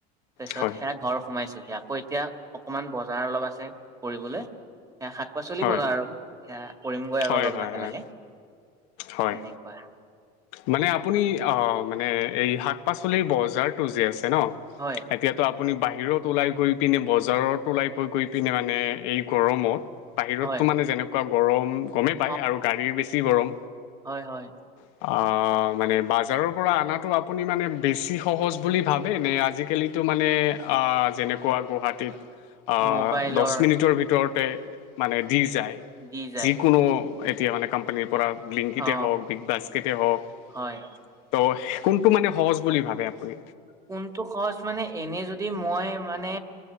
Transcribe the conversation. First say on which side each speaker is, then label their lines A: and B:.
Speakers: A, on the right; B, on the left.
A: তাৰপিছত
B: হয় হয়
A: সেয়া ঘৰ সোমাই আকৌ এতিয়া অকণমান বজাৰ অলপ আছে, কৰিবলৈ সেয়া শাক পাচলি
B: হয়
A: বজাৰ আৰু। সেয়া কৰিমগৈ আৰু
B: হয়
A: অলপ
B: হয়
A: লাহে,
B: হয়
A: লাহে। তেনেকুৱা
B: হয় মানে আপুনি অ', মানে এই শাক পাচলিৰ বজাৰটো যে, আছ ন'
A: হয়
B: এতিয়াতো আ আপুনি বাহিৰত ওলাই গৈ পিনে, বজাৰত ওলাই গৈ পিনে মানে এই গৰমত বাহিৰতো
A: হয়
B: মানে যেনেকুৱা গৰম গমেই পায়
A: অ
B: আৰু গাড়ীৰ বেছি গৰম।
A: হয় হয়
B: অ', মানে বাজাৰৰ পৰা আনাতো আপুনি মানে বেছি সহজ বুলি ভাবেনে? আজিকালিতো টো, মানে আ, যেনেকুৱা গুৱাহাটীত আ,
A: মোবাইলৰ
B: দচ মিনিটৰ ভিতৰতে মানে দি যায়,
A: দি যায়
B: যিকোনো এতিয়া মানে কোম্পানীৰ পৰা ব্লিংকিতে
A: অ
B: হওঁক বিগ বাস্কেটে হওঁক
A: হয়
B: ত' কোনটো মানে সহজ বুলি ভাবে আপুনি?
A: কোনটো সহজ মানে এনে যদি মই মানে